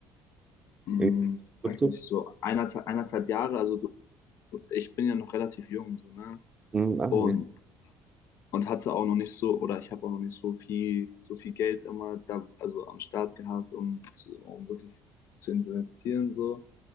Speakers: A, on the left (about 60°); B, on the right (about 15°).
A: Hm,
B: in
A: weiß
B: Krypto?
A: nicht, so eineinhalb, eineinhalb Jahre, also so, ich bin ja noch relativ jung, so, ne?
B: Hm, ah,
A: Und,
B: nee.
A: und hatte auch noch nicht so, oder ich habe auch noch nicht so viel, so viel Geld immer da, also am Start gehabt, um, zu, um wirklich zu investieren, so.